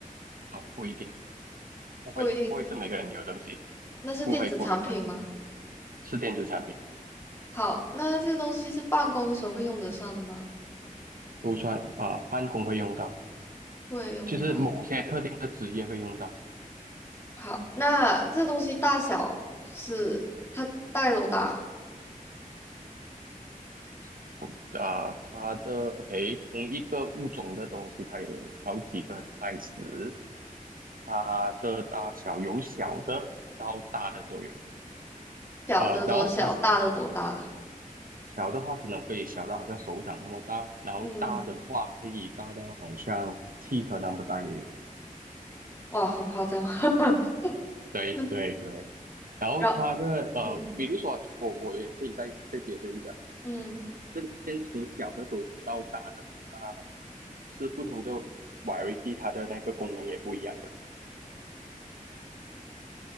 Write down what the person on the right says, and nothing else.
啊，不一定，不会，
不会是每个人有的东西，
不会，不会，不会，是电子产品，
不算啊，办公会用到，
就是某些特定的职业会用到，
小啊，它的 OK，同一个物种的东西，它有好几个 size，它的大小有小的到大的都有。
呃，然后它
小的话可能会小到好像手掌那么大，然后大的话可以大到好像汽车那么大也有。
对对对，
然后它的呃，
比如说，就我我也可以再再解释一下，
这个物件从小的都到大的，啊，是不同的 variety，它的那个功能也不一样的。